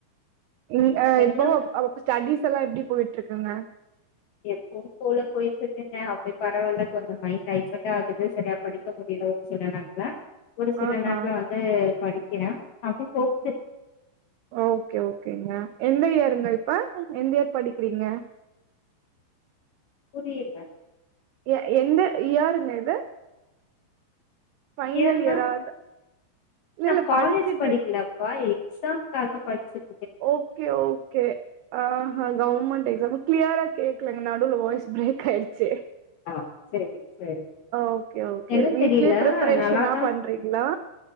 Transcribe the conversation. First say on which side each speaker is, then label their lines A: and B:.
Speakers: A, on the right; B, on the left.
A: இல்ல இப்போவு
B: எல்லாம் வந்து
A: அவ ஸ்டெடிஸ் எல்லாம் எப்டி போயிட்டு இருக்கங்க
B: எப்பவும் போல போயிட்டு இருக்குங்க அப்படி பரவாயில்ல கொஞ்சம் மைண்ட் டைவர்ட் ஆகுது சரியா படிக்க முடியுலோ சில நேரத்துல ஒரு சில
A: ஆஹா
B: நேரத்துல வந்து படிக்கிறே அப்டி போகுது
A: ஓகே ஓகேங்க எந்த இயருங்க இப்ப எந்த இயர் படிக்கிறீங்க
B: புரியில
A: எ எந்த இயருங்க இது ஃபைனல்
B: ஏனா
A: இயரா இது இல்ல
B: நா
A: இல்ல
B: காலேஜி
A: படிச்சிட்டு
B: படிக்கலப்பா எக்ஸாம்காக படிச்சிட்
A: ஓகே ஓகே ஆ கவமெண்ட் எக்ஸாம் க்கிளயரா கேக்கலங்க நடுல வாய்ஸ் பிரேக் ஆயிடுச்சு
B: ஆ செரி செரி
A: ஓகே ஓகே
B: என்ன
A: வீட்லே
B: தெரில
A: பிரப்பரேஷனா
B: நல்லாதா
A: பண்றீங்ளா